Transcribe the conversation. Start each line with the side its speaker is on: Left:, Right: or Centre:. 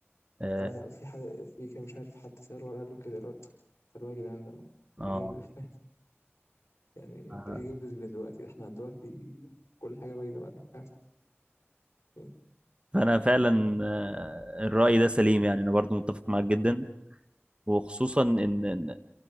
Right: آه
Left: انا لا في حد في كان مش عارف حد سأله ولا قال له كده الواد فاللي هو يا جدعان ده
Right: آه
Left: ايه جاب لي فاهم يعني
Right: <laughs>
Left: انت
Right: آه.
Left: ايه جايب لي دلوقتي احنا دلوقتي كل حاجه باينه بعد الكعف <laughs>
Right: فأنا فعلا آه، الرأي ده سليم يعني أنا برضو متفق معاك جدا وخصوصا ان إن